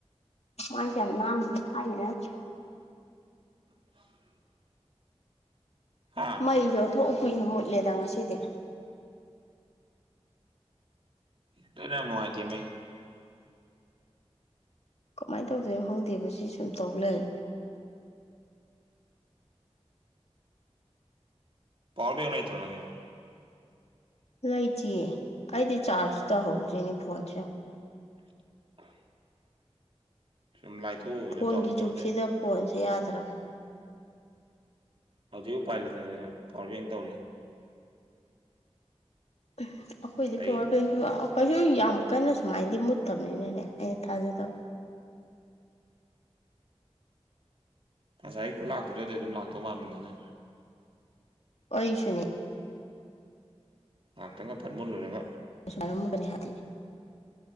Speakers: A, on the left; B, on the right.
A: ꯃꯥꯏꯁꯦ ꯌꯥꯝ ꯅꯥꯟꯗ꯭ꯔꯦ ꯊꯥꯏꯅ ꯅꯠꯇ꯭ꯔꯦ
B: <inaudible> ꯍꯥ
A: ꯃꯩꯁꯨ ꯑꯣꯟꯊꯣꯛ ꯀꯨꯏꯅ ꯃꯨꯠꯂꯦꯗ ꯉꯁꯤꯗꯤ
B: ꯑꯗꯨꯅꯦ ꯌꯥꯝ ꯅꯨꯡꯉꯥꯏꯇꯦ ꯃꯩ
A: ꯀꯃꯥꯏꯅ ꯇꯧꯗꯣꯏꯅꯣ ꯈꯪꯗꯦꯕ ꯁꯤ ꯁꯨꯝ ꯇꯧ ꯂꯩ
B: ꯄꯥꯎꯋꯔꯕꯦꯡ ꯂꯩꯇꯔꯣ ꯅꯪꯒꯤ
A: ꯂꯩꯇꯤꯌꯦ ꯑꯩꯗꯤ ꯆꯥꯔꯖ ꯇꯧꯍꯧꯗ꯭ꯔꯤꯅꯦ ꯐꯣꯟꯁꯦ ꯌꯦꯡꯉꯣ
B: <inaudible> ꯁꯨꯝ ꯂꯥꯏꯊꯣꯛꯎꯕꯗ
A: ꯐꯣꯟꯒꯤ
B: ꯇꯧꯍꯧꯗꯕꯗꯩ
A: ꯖꯨꯛꯁꯤꯗ ꯐꯣꯟꯁꯦ ꯌꯥꯗ꯭ꯔꯕꯅꯤ
B: ꯍꯧꯖꯤꯛ ꯎꯄꯥꯏ ꯂꯩꯇꯗꯅ ꯄꯋꯔꯕꯦꯡ ꯇꯧꯔꯤ
A: ꯑꯩꯈꯣꯏꯗꯤ
B: ꯑꯩꯒꯤꯗꯤ
A: ꯄꯋꯔ ꯕꯦꯡꯁꯨ ꯑꯥ ꯀꯩꯁꯨ ꯌꯥꯝ ꯀꯟꯅ ꯁꯨꯃꯥꯏꯅꯗꯤ ꯃꯨꯠꯇꯝꯅꯤꯅꯅꯦ ꯑꯩꯅ ꯊꯥꯖꯗꯕ
B: ꯉꯁꯥꯏ ꯈꯨꯂꯥꯛꯇꯨꯗꯗꯤ ꯑꯗꯨꯝ ꯂꯥꯛꯇꯧ ꯃꯥꯟꯕꯅꯤꯗ
A: ꯑꯩꯁꯨꯅꯤ
B: ꯉꯍꯥꯛꯇꯪꯒ ꯐꯠ ꯃꯨꯠꯂꯨꯔꯒ
A: ꯁꯃꯥꯏꯅ ꯃꯨꯠꯅꯤ ꯍꯥꯏꯔꯗꯤ